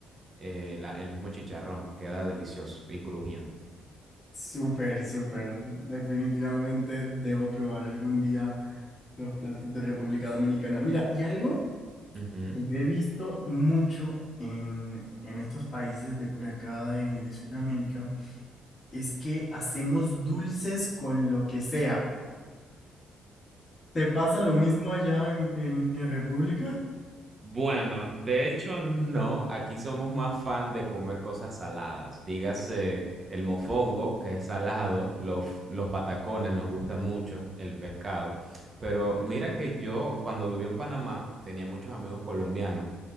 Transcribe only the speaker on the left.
Súper, súper. Definitivamente debo probar algún día los platos de República Dominicana. Mira, y algo
que yo he visto mucho en, en estos países de por acá de, de Sudamérica es que hacemos dulces con lo que sea. ¿Te pasa lo mismo allá en, en, en República?